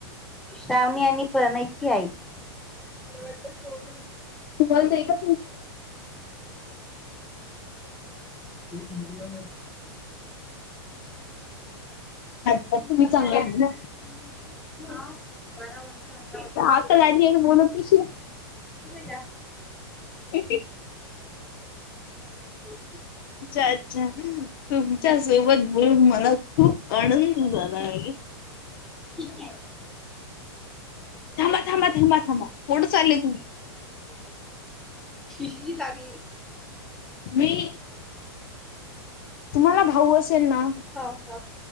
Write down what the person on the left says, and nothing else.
बोल का
अच्छा
तुम्ही चांगलं
आता झाली आणि बोलत कशी
हो
अछ तुमच्या सोबत बोलून मला खूप आनंद झाला आहे
थांबा थांबा थांबा कोण चाललेय तुम्ही
मी तुम्हाला भाऊ असेल ना